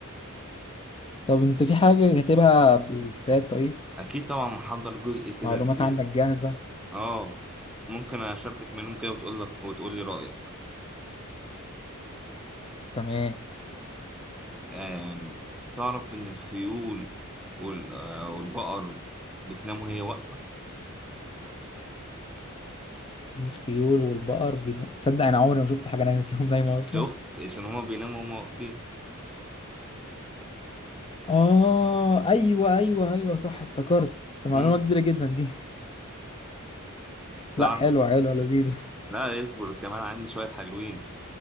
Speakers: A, on the left (about 25°); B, in the centre.
A: طب انت في حاجة كاتبها في الكتاب طيب
B: أكيد طبعا محضر جزء كده
A: معلومات
B: كبير
A: عندك جاهزة
B: اه ممكن أشاركك منهم كده وتقول لك وتقول لي رأيك
A: تمام
B: آم. تعرف إن الخيول وال... آه، والبقر بتنام وهي واقفة
A: الخيول والبقر بيتن- تصدق انا عمري ما شفت حاجة نايمة فيهم نايمة اصلا
B: شفت عشان هما بيناموا هما واقفين
A: اه ايوه ايوه ايوه صح افتكرت ده معلومة
B: مم.
A: كبيرة جدا دي <laughs>
B: تعرف
A: لا حلوة حلوة لذيذة
B: لا اصبر كمان عندي شوية حلوين